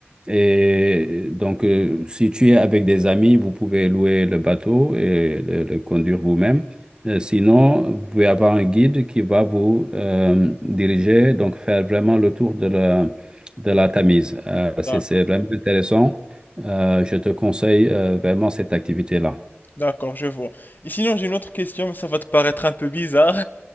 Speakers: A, on the right; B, on the left.
A: Et donc, euh, si tu es avec des amis, vous pouvez louer le bateau et le, le conduire vous-même. Euh, sinon, vous pouvez avoir un guide qui va vous euh, diriger, donc faire vraiment le tour de la, de la Tamise. Euh, c'est
B: Ah,
A: c'est vraiment intéressant. Euh, je te conseille euh, vraiment cette activité-là.
B: D'accord, je vois. Et sinon, j'ai une autre question, mais ça va te paraître un peu bizarre.